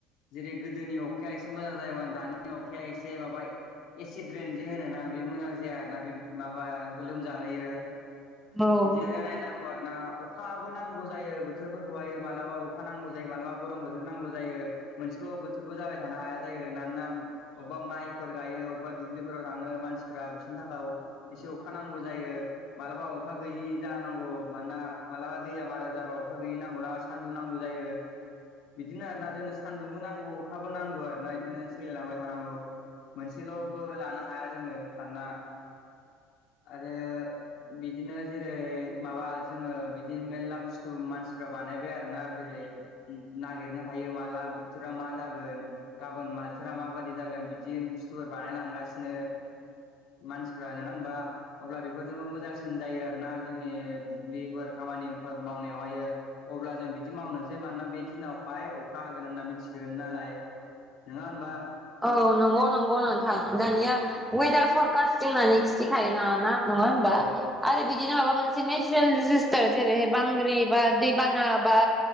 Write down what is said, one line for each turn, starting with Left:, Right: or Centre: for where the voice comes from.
Left: जेरै गोदोनि अखाया एसे मोजां जायोमोन दानि अखाया एसे माबा ए एसिड रेन जे होनो ना बे मोजां जाया आरोना बे माबा लोमजा होयो
Centre: औ
Left: बिदियैनो नायनांगौ आरो ना अखा बो नां गौ जायो बोथोरफोरखौहाय मालाबा अखा नांगौ जायो मालाबा गरम बोथोर नांगौ जायो मोनसेल बोथोरबो जाय थानो हाया जायो ना नोना अबेबा माइफोर गायो अबेबा दुब्लिफोराव थाङो मानसिफ्रा बिसोरनि थाखाय एसे अखा नांगौ जायो मालाबा अखा गैयि जानांगौ मानोना मालाबा दैया बारा जाबा अखा गैयि नांगौना सान्दुं नांगौ जा यो बिदिनो आरो ना जोंनो सानदुंबो नांगौ अखाबो नांगौ आरोना इदिनो सोलायलांबाय थानांगौ मोनसेलबो लानो हाया जोङो मानोना आरो बिदिनो जेरै माबा जोङो बिदि मेलला बुस्थु मानसिफ्रा बा बानायबाय आरोना जेरै नागिरनो हायो माला बोथोरा मा जागोन गाबोन मा बोथोरा माबादि जागोन बिदि बुस्थुफोरा बानायलांगासिनो मानसिफ्रा नङा होमबा अब्ला बेफोरजोंबो मोजांसिन जायो आरोना जोंनि दुब्लिफोर खामानिफोर मावनायावहायो अब्ला जों बिदि मावनोसै मानोना बे दिनावहाय अखा होगोन होनना मिथियो दोन नालाय नङा होनबा
Centre: औ नंगौ नंगौ
Left: अ
Centre: नोंथां दानिया वेदार फरकास्टिं होननानै खिथिखायो ना ना नङा होमबा
Left: औ
Centre: आरो बि दिनो माबा मोनसे नेचनेल दिजेसथार जेरैहै बांग्रिं बा दैबाना बा